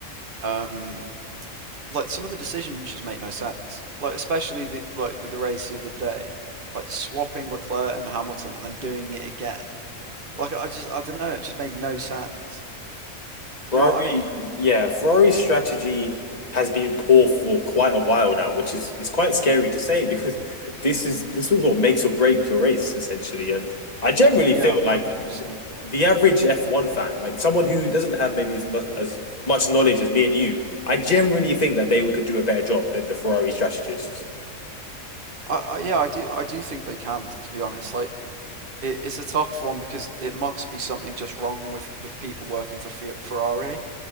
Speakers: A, on the right; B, on the left.
A: um, like some of the decisions just make no sense. Like especially the like with the race the other day, like swapping Leclerc and Hamilton and then doing it again. Like I just I don't know, it just made no sense. Do
B: Ferrari,
A: you know what I mean?
B: yeah, Ferrari's strategy has been poor for quite a while now, which is is quite scary to say because this is this is what makes or break your race essentially. And I generally
A: Yeah,
B: feel
A: 100%.
B: like th- the average F1 fan, like someone who doesn't have maybe as much as much knowledge as me and you, I generally think that they could do a better job than the Ferrari strategists.
A: I, I yeah, I do I do think they can, to be honest. Like it, it's a tough one because it must be something just wrong with with people working for Fe Ferrari